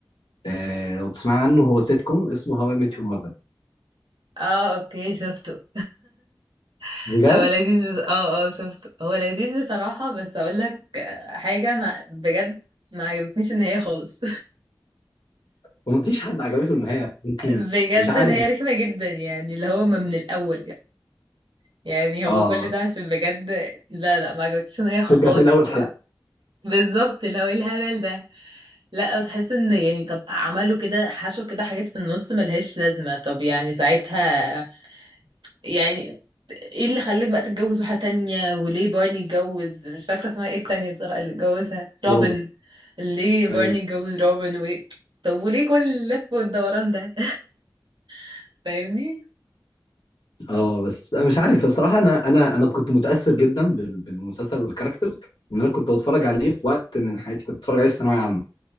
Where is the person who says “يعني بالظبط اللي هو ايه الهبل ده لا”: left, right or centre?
Right